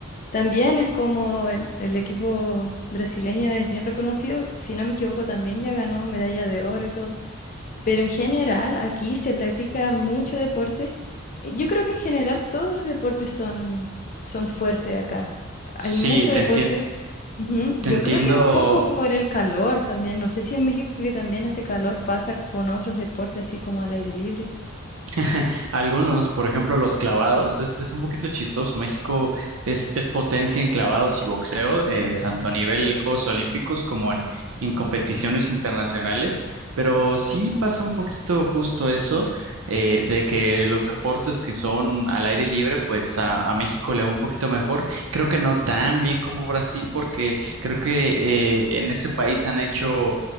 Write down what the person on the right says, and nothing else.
Sí,
te entien-
te
entiendo
<laughs> Algunos, por ejemplo, los clavados, es, es un poquito chistoso. México es, es potencia en clavados y boxeo, eh, tanto a nivel Juegos Olímpicos como en, en competiciones internacionales, pero sí pasa un poquito justo eso, eh, de que los deportes que son al aire libre, pues a, a México le va un poquito mejor. Creo que no tan bien como Brasil, porque creo que eh, en ese país han hecho